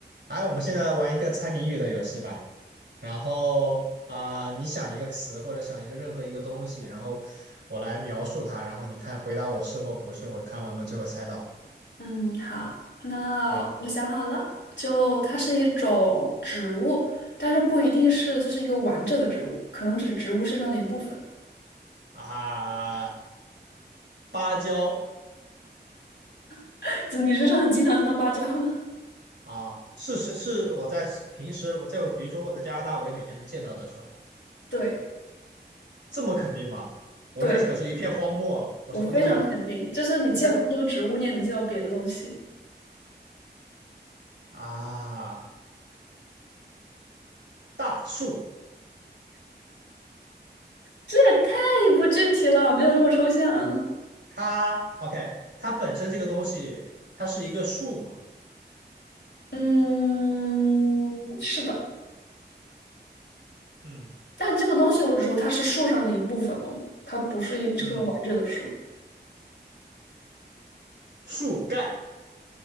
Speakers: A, on the right; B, on the left.
A: 哎，我们现在来玩一个猜谜语的游戏吧。然后啊、你想一个词或者想一个任何一个东西，然后我来描述它，然后你看回答我是或不是，我看我能不能最后猜到。
B: 嗯，好，那我想好了，
A: 好
B: 就它是一种植物，但是不一定是就是一个完整的植物，可能只是植物身上的一部分。
A: 啊，芭蕉
B: <laughs> 就你身上很经常见到芭蕉吗？
A: 啊，是是是，我在平时我在比如说我在加拿大，我也每天能见到的是吧？
B: <laughs> 对，
A: 这么肯定吗？我这可是一片荒漠，
B: 对，
A: 我什么都没有的。
B: 我非常肯定，就是你见不到这个植物，
A: 我这
B: 你也能见到别的东西。
A: 啊，大树，
B: 这也太不具体了，没有这么抽象。
A: 它 OK，它本身这个东西，它是一个树嘛？
B: 嗯，是的，
A: 嗯。
B: 但这个东西我只说它是树上的一部分哦，它不是一棵完整的树。
A: 嗯，树干